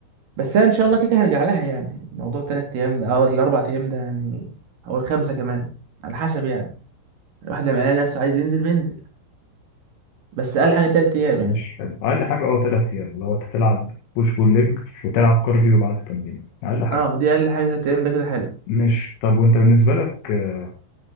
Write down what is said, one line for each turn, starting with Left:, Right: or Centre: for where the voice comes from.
Right: بس انا ان شاء الله كده كده هرجع لها يعني موضوع تلات ايام ده او الاربع ايام ده يعني او الخمسة كمان على حسب يعني الواحد لما يلاقي نفسه عايز ينزل بينزل بس اقل حاجه تلات ايام يعني
Left: ماشي حلو أقل حاجة أه تلات أيام اللي هو تلعب بوش بول ليج وتلعب كارديو بعد التمرين أقل حاجة
Right: اه دي اقل حاجه تلات ايام ده كده حلو
Left: مش طب وأنت بالنسبة لك آه،